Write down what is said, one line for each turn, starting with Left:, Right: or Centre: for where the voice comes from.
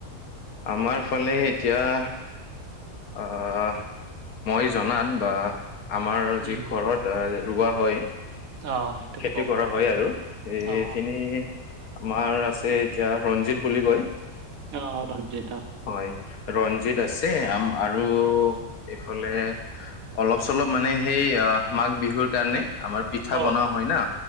Left: আমাৰফালে এতিয়া আহ মই জনাত বা আমাৰ
Right: উম
Left: যি ঘৰত ৰোৱা হয়।
Right: অ সেইটো
Left: খেতি
Right: কওক
Left: কৰা হয় আৰু সেইখিনি
Right: অ
Left: আমাৰ আছে এতিয়া ৰঞ্জিত বুলি কয়।
Right: অ ৰঞ্জিত অ,
Left: হয় ৰঞ্জিত আছে আ আৰু এইফালে অলপ চলপ মানে সেই মাঘ বিহুৰ কাৰণে। আমাৰ পিঠা
Right: অ অ
Left: বনোৱা হয় না